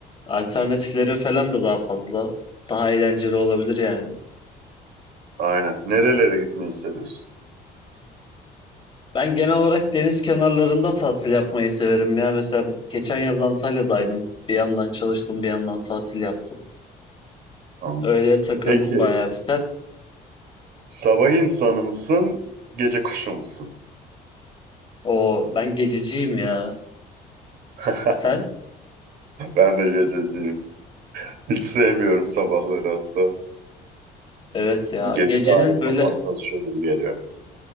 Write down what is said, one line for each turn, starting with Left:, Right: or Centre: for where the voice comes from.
Left: alternatiflerin falan da daha fazla, daha eğlenceli olabilir yani.
Right: Aynen. Nerelere gitmeyi seviyorsun?
Left: Ben genel olarak deniz kenarlarında tatil yapmayı severim ya. Mesela geçen yaz Antalya'daydım. Bir yandan çalıştım, bir yandan tatil yaptım.
Right: Tamam.
Left: Öyle takıldım
Right: Peki
Left: bayağı bir.
Right: sabah insanı mısın, gece kuşu musun?
Left: O ben gececiyim ya.
Right: <laughs>
Left: Sen?
Right: Ben de gececiyim. Hiç sevmiyorum sabahları hatta.
Left: Evet ya.
Right: Gece
Left: Gecenin
Right: dahi
Left: böyle
Right: kafam çalışıyor gibi geliyor.